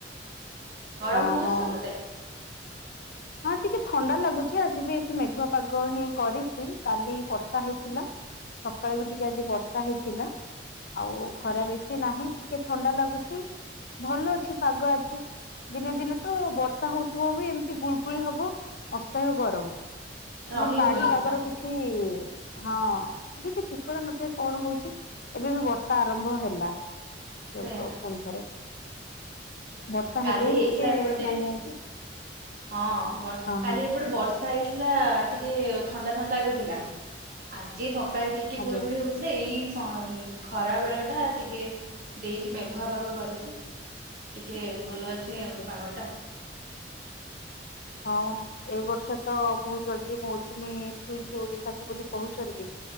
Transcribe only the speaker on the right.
ଗରମ
ହଉଚି
ସେପ
ହୁଁ
ହୁଁ
ରହି
ହୁଏନି
ବା
ସେଇଆ
କାଲି
ହେଇଥିଲା
ଏପଟେ
ହଁ ବ କାଲି
ଏପଟେ ବର୍ଷ ବର୍ଷା ହେଇଥିଲା ଟିକେ ଥଣ୍ଡା ଥଣ୍ଡା ଲାଗୁଥିଲା ଆଜି ସକାଳେ ଟିକେ
ଗୁଳୁଗୁଳି ହଉଛି। ଏଇ ସ ଖରା ବେଳ ଟା ଟିକେ ଦେଇଛି ମେଘୁଆ ପାଗ କରିଛି। ଟିକେ ଭଲ ଅଛି ଆଉ
ପାଗ ଟା।